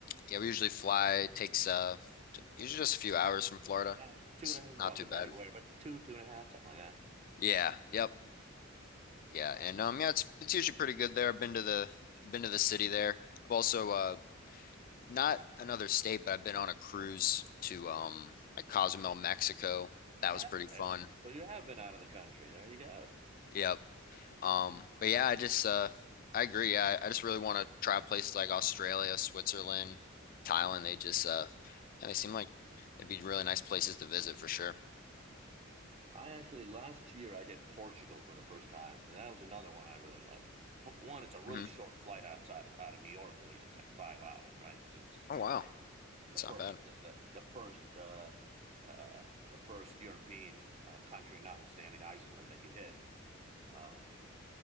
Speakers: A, on the left; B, on the right.
A: yeah, we usually fly. It Takes uh, t- usually just a few hours from Florida.
B: Eh, Two
A: It's
B: and a half, well,
A: not too
B: depending
A: bad.
B: where, but two, two and a half, something like that.
A: Yeah. Yep. Yeah. And um, yeah, it's it's usually pretty good there. I've been to the I've been to the city there. I've also uh not another state, but I've been on a cruise to um like Cozumel, Mexico. That
B: Yeah,
A: was pretty
B: okay.
A: fun.
B: So you have been out of the country. There you go.
A: Yep. Um, but yeah, I just uh I agree. I, I just really want to try places like Australia, Switzerland, Thailand. They just uh yeah, they seem like they'd be really nice places to visit for sure.
B: I actually last year I did Portugal for the first time, and that was another one I really liked. For one, it's a really
A: hmm
B: short flight outside out of New York. At least it's like five hours, right? Because it's basically
A: Oh wow.
B: the
A: It's
B: first
A: not bad.
B: the the, the first uh, uh, the first European uh, country, notwithstanding Iceland, that you hit. Um,